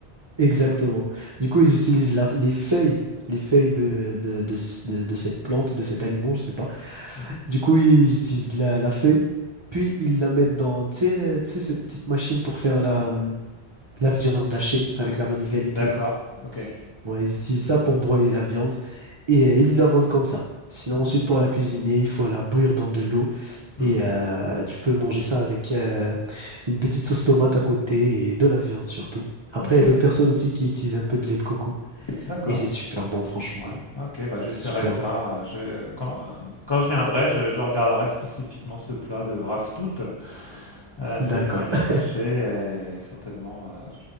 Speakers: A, on the right (about 40°); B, on the left (about 30°).
A: Exactement. Du coup, ils utilisent la- les feuilles, les feuilles de, de, de, ce- de- de cette plante, de cet aliment, je sais pas.
B: Mhm.
A: Du coup, ils utilisent la, la feuille, puis ils la mettent dans, tu sais, euh, tu sais, cette petite machine pour faire la, hum, la viande hachée avec la manivelle et tout,
B: D'accord.
A: là.
B: Ok. Ouais,
A: Ouais, ils utilisent ça pour broyer
B: ok.
A: la viande et euh, ils la vendent comme ça. Sinon,
B: D'accord.
A: ensuite, pour la cuisiner, il faut la bouillir dans de l'eau
B: Mhm.
A: et euh, tu peux manger ça avec euh, une petite sauce tomate à côté et de la viande surtout. Après,
B: Ok.
A: il y a d'autres personnes aussi qui utilisent un peu de lait de coco
B: D'accord.
A: et c'est super bon, franchement.
B: Ouais. Ok. Bah,
A: C'est
B: j'essaierai
A: super
B: ça.
A: bon.
B: Je, quand, euh, quand je viendrai, je, je regarderai spécifiquement ce plat de raftout, euh,
A: D'accord.
B: fait de manioc
A: <laughs>
B: haché, et certainement, euh,